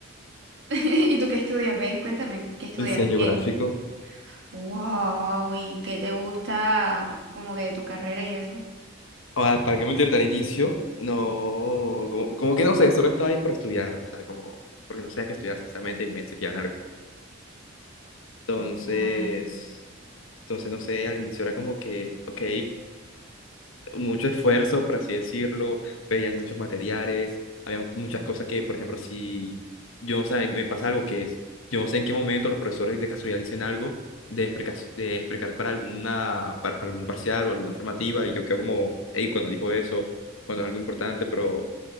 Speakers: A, on the right (about 60°); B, on the left (about 70°).
A: <laughs> ¿Y tú qué estudias? Ven, cuéntame, ¿qué estudias?
B: Diseño
A: ¿Qué?
B: gráfico.
A: Wow, ¿y qué te gusta como que de tu carrera y eso?
B: Ah, ¿para qué mentirte al inicio? No, como, como que no sé, solo estaba ahí por estudiar, o sea, como, porque no sabía qué estudiar, sinceramente, y me exigían algo. Entonces,
A: Ah,
B: entonces, no sé, al inicio era como que, ok, mucho esfuerzo, por así decirlo, veían muchos materiales, había muchas cosas que, por ejemplo, si yo no sé, me pasa algo que es, yo no sé en qué momento los profesores de casualidad dicen algo de explicar, de explicar para alguna, para, para algún parcial o alguna formativa, y yo quedo como, hey, cuando dijo eso, cuando es algo importante, pero,